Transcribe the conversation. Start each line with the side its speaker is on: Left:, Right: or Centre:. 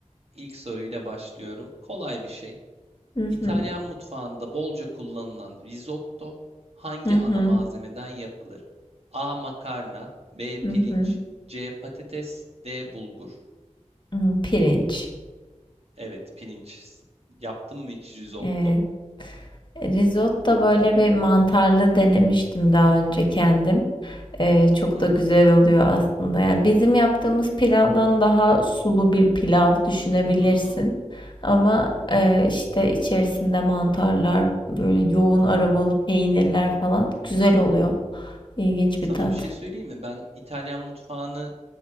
Right: İlk soruyla başlıyorum. Kolay bir şey.
Left: Hı
Right: İtalyan
Left: hı,
Right: mutfağında bolca kullanılan risotto hangi
Left: hı hı,
Right: ana malzemeden yapılır? A. Makarna, B. Pirinç,
Left: hı hı.
Right: C. Patates, D. Bulgur.
Left: Hı, pirinç.
Right: Evet, pirinç. Yaptın mı hiç risotto?
Left: Evet. Risotto böyle bir mantarlı denemiştim daha önce kendim. Ee, çok
Right: Hı hı,
Left: da güzel oluyor aslında. Yani bizim yaptığımız pilavdan daha sulu bir pilav düşünebilirsin.
Right: hı hı.
Left: Ama e, işte içerisinde mantarlar, böyle yoğun aromalı peynirler falan güzel oluyor. İlginç
Right: Sana
Left: bir tat.
Right: bir şey söyleyeyim mi? Ben İtalyan mutfağını